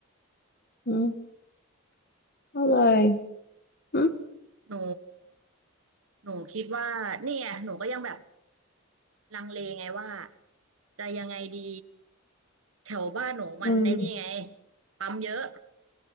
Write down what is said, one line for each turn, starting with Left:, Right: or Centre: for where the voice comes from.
Left: อืมก็เลยอืม
Right: หนู หนูคิดว่าเนี่ยหนูก็ยังแบบลังเลไงว่าจะยังไงดีแถวบ้านหนูมันในนี่ไง
Left: อืม
Right: ปั๊มเยอะ